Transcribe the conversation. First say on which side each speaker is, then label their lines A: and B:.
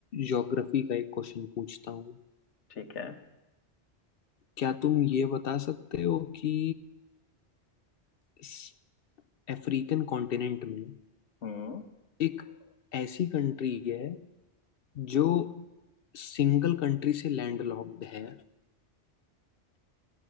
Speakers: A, on the left; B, on the left.
A: ज्योग्राफी का एक क्वेश्चन पूछता हूँ
B: ठीक है
A: क्या तुम ये बता सकते हो कि इस अफ्रीकन कॉन्टिनेंट में
B: हम्म
A: एक ऐसी कंट्री है जो सिंगल कंट्री से लैंडलॉक्ड है